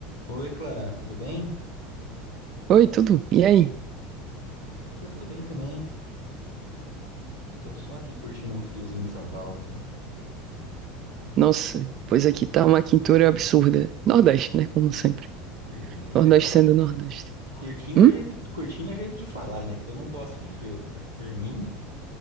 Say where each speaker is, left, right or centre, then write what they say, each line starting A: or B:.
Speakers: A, on the right; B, on the right.
A: Oi, Clara, tudo bem?
B: Oi, tudo? E aí?
A: Aqui tá tudo bem também. Tô só aqui curtindo o friozinho de São Paulo aqui.
B: Nossa, pois aqui tá uma quintura absurda. Nordeste, né? Como sempre.
A: Beleza.
B: Nordeste
A: É, cu-
B: sendo Nordeste.
A: curtindo
B: Hum?
A: é jeito, curtindo é jeito de falar, né? Que eu não gosto de frio. É, Por mim,